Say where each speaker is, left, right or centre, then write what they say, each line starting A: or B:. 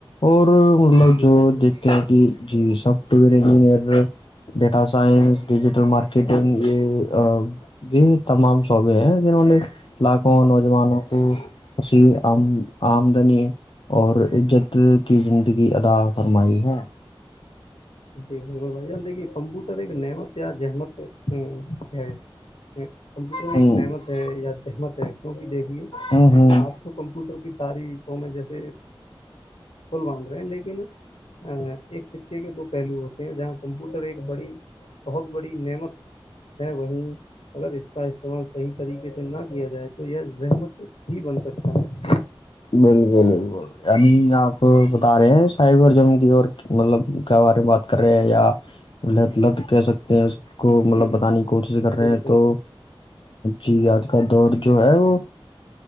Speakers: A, on the left; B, on the left.
A: اور مطلب
B: جی
A: جو
B: بالکل
A: دیکھتے ہیں کہ جی سب س انجر ڈیٹا سائنس ڈ ل مارکیٹنگ یہ یہ تمام شعبے ہیں جنہوں نے لاکھوں نوجوانوں کو اسام آمدنی اور عزت کی زندگی ادا فرمائی ہے
B: جی بالکل بھائی جان د کی کمپوٹر ایک نعمت یا جحمت ا ہے کمپیوٹر
A: ہ
B: ایک نعمت ہے یا جحمت ہے کیونکہ دیکھیے
A: ہ ہ
B: آپ تو کمپیوٹر کی ساری ف میں جیسے پول باندھ رہے ہیں لیکن ا ایک سکے کے دو پلو ہوتے ہیں جہاں کمپیوٹر ایک بڑی بہت بڑی نعمت ہے وہیں اگر اس کا استعمال صحیح طریقے سے نہ کیا جائے تو یہ زحمت بھی بن سکتا ہے
A: بالکل بالکل یعنی آپ بتا رہے ہیں سائبر جنگ کی اور مطلب کیا بارے میں بات کر رہے ہیں یا لت لت کہہ سکتے ہیں کو مطلب
B: جی
A: بتانے کی کوشش کر رہے
B: بالکل
A: ہیں تو جی آج کا دور جو ہے وہ